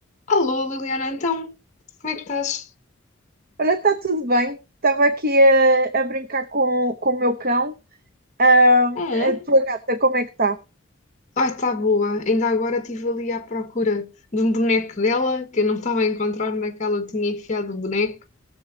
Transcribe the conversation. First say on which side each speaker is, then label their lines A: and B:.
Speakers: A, on the left (about 35°); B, on the right (about 45°).
A: Alô, Liliana, então, como é que estás?
B: Olha, está tudo bem. Estava aqui a, a brincar com, com o meu cão. Ah,
A: Hum,
B: a tua gata, como é que está?
A: ai, está boa. Ainda agora estive ali à procura de um boneco dela, que eu não estava a encontrar naquela eu tinha enfiado o boneco,